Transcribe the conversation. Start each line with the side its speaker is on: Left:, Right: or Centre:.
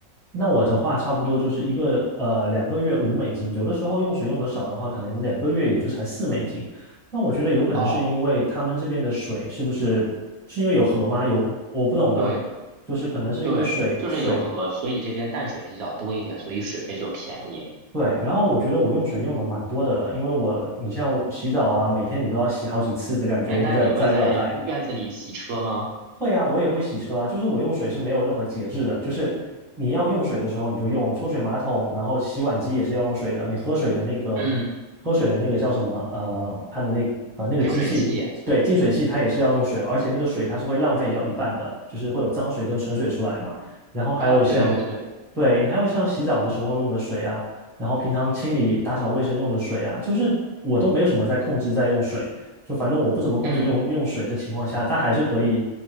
Centre: 那我的话差不多就是一个呃两个月五美金，有的时候用水用的少的话，可能两个月也就才四美金。那我觉得有可能是因为他们这边的水是不是是因为有河吗？
Right: 哦，
Centre: 有我不懂的，
Right: 对
Centre: 就是可能是因为水水的。
Right: 对，就是有河，所以这边淡水比较多一点，所以水费就便宜。
Centre: 对，然后我觉得我用水用的蛮多的了，因为我你像我洗澡啊，每天你都要洗好几次的感觉，
Right: 哎，
Centre: 因为在在热带，
Right: 那你会在院子里洗车吗？
Centre: 会啊，我也会洗车啊，就是我用水是没有任何节制的，就是你要用水的时候你就用抽水马桶，然后洗碗机也是要用水的，你喝水的那个喝水的那个叫什么呃，
Right: 嗯，
Centre: 它的那个呃那个机器，
Right: 净水器。
Centre: 对，净水器它也是要用水，而且那个水它是会浪费掉一半的，就是会有脏水跟纯水出来嘛。然后还有像，
Right: 啊，对对对，
Centre: 对，你还有像洗澡的时候用的水啊，然后平常清理打扫卫生用的水啊，就是我都没有什么在控制在用水。就反正我不怎么控制用用水的情况下，
Right: 嗯。
Centre: 它还是可以